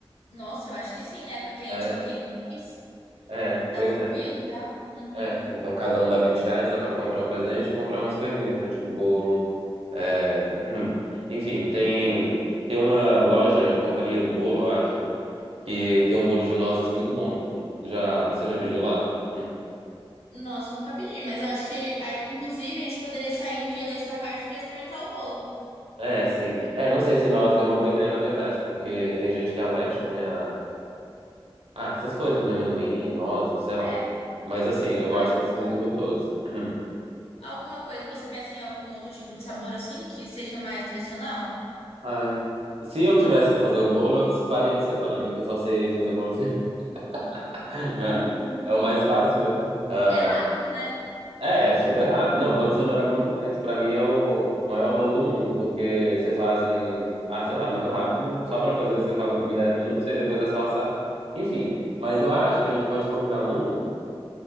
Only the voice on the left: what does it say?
Nossa, eu acho que sim, né? Porque a
gente é o quê? Em dez?
Dá
tranquilo
já. Uhum.
Nossa, eu nunca pedi, mas eu acho que, ah, inclusive, a gente poderia sair um dia desse à tarde pra experimentar o bolo.
É.
Ah,
então,
alguma coisa, você pensa em algum outro tipo de sabor assim, que seja mais tradicional?
<laughs>
E é rápido, né?